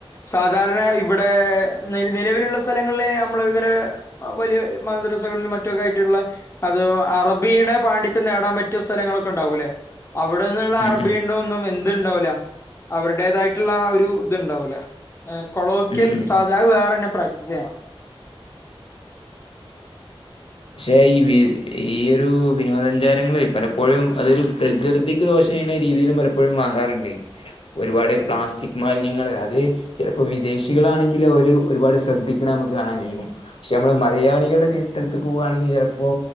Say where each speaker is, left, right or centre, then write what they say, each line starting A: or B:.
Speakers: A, on the left; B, on the left.
A: സാധാരണ ഇവിടെ നിലവിലുള്ള സ്ഥലങ്ങളിൽ നമ്മള ഇങ്ങനെ വലിയ മദ്രസകളിൽ മറ്റൊക്കെ ആയിട്ടുള്ള അത് അറബിയുടെ പാണ്ഡിത്യം നേടാൻ പറ്റിയ സ്ഥലങ്ങളൊക്കെ ഉണ്ടാവൂല്ലേ അവിടെന്നുള്ള
B: ഉം
A: അറബിയുണ്ടോ
B: ഉം
A: ഒന്നും എന്തു ഇണ്ടാവല അവരുടേതായിട്ടുള്ള ആ ഒരു ഇതുണ്ടാവൂല കൊളോക്കിയൽ
B: ഉം ഉം
A: സാധാര
B: ഉം
A: വേറെ എന്നെ പ്രാക്ടീസ് ചെയ്യണം
B: പക്ഷേ ഈ ഈ ഒരു വിനോദ സഞ്ചാരങ്ങളായി പലപ്പോഴും അതൊരു പ്രകൃതി ദോഷം ചെയ്യുന്ന രീതിയിലും പലപ്പോഴും മാറാറുണ്ട് ഒരുപാട് പ്ലാസ്റ്റിക് മാലിന്യങ്ങള് അത് ചിലപ്പോ വിദേശികളാണെങ്കില് അവര് ഒരുപാട് ശ്രദ്ധിക്കണ നമക്ക് കാണാൻ കഴിയും പക്ഷെ നമ്മള് മലയാളികളുടെ സ്ഥലത്ത് പോകുകയാണെങ്കിൽ ചിലപ്പോ